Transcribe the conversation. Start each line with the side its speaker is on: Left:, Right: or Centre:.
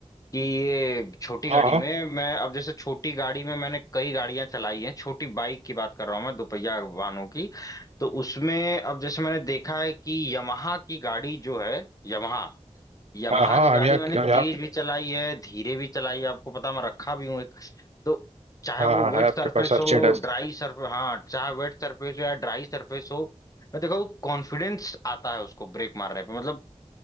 Left: कि ये छोटी
Right: हाँ
Left: गाड़ी
Right: हाँ
Left: में मैं अब जैसे छोटी गाड़ी में मैंने कई गाड़ियां चलाई हैं छोटी बाइक की बात कर रहा हूँ मैं दोपहिया वाहनों की तो उसमें अब जैसे मैंने देखा है कि यमाहा की गाड़ी जो है यमाहा यमहा
Right: हाँ हाँ
Left: की गाड़ी
Right: हम यहाँ
Left: मैंने
Right: हम यहाँ
Left: तेज भी चलाई है धीरे भी चलाई है आपको पता मैं रखा भी हूँ एक तो चाहे
Right: हाँ
Left: वो
Right: हाँ
Left: वेट
Right: है आपके
Left: सरफेस
Right: पास एफजेड
Left: हो ड्राई सरफेस हाँ चाहे वेट सरफेस हो या ड्राई सरफेस हो मैं देखो कॉन्फिडेंस आता है उसको ब्रेक मारने पे मतलब